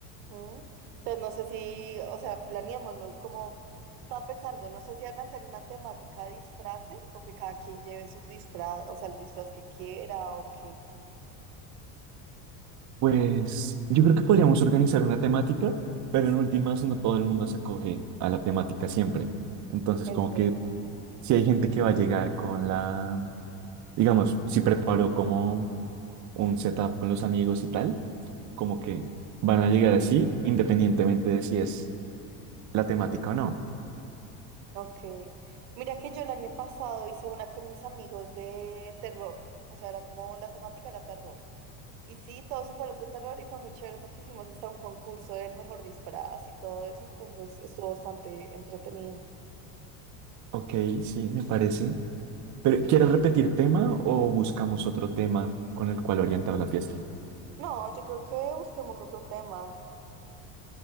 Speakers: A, on the right; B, on the right.
A: ¿Mm? Entonces no sé si, o sea, planeémoslo, como estaba pensando, no sé si van a hacer una temática de disfraces o que cada quien lleve sus disfraz, o sea, el disfraz que quiera o qué.
B: Pues yo creo que podríamos organizar una temática, pero en últimas no todo el mundo se acoge a la temática siempre. Entonces,
A: Es
B: como
A: verdad.
B: que si hay gente que va a llegar con la, digamos, si preparó como un setup con los amigos y tal, como que van a llegar así, independientemente de si es la temática o no.
A: Ok. Mira que yo el año pasado hice una con mis amigos de terror, o sea, era como la temática era terror. Y sí, todos se fueron de terror y fue muy chévere porque hicimos hasta un concurso del mejor disfraz y todo eso, entonces estuvo bastante entretenido.
B: Ok, sí, me parece. Pero, ¿quieres repetir tema o buscamos otro tema con el cual orientar la fiesta?
A: No, yo creo que busquemos otro tema,